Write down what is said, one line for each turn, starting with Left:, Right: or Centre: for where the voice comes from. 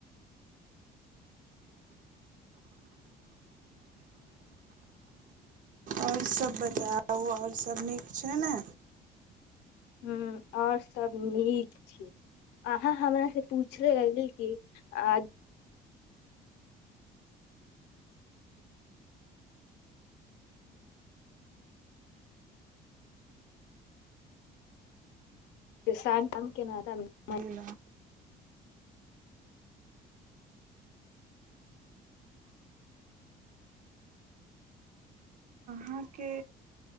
Right: आओर सभ बताउ आओर सभ नीक छै ने
Left: ह आओर सब नीक छी आ हँ हँ मन से पूछल लग की अ जामाम के नातमे
Right: भेल अहाँके